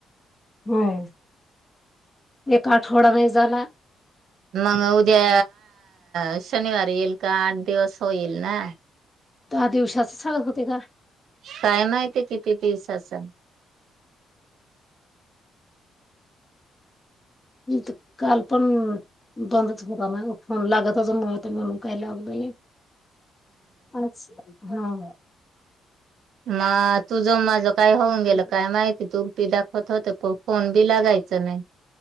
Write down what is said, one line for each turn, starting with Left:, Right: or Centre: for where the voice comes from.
Left: हम एक आठवडा नाही झाला
Right: मग उद्या अ शनिवार येईल का आठ दिवस होईल ना
Left: दहा दिवसाच चालत होते का
Right: काय माहिती किती दिस असच
Left: ह काल पण बंदच होता ना फोन लागतच म्हणून काय लागलं नाही हा
Right: म तुझं माझ काय होऊन गेलं
Left: हा
Right: काय माहिती तू उरटी दाखवत होते फोन बी लागायच नाही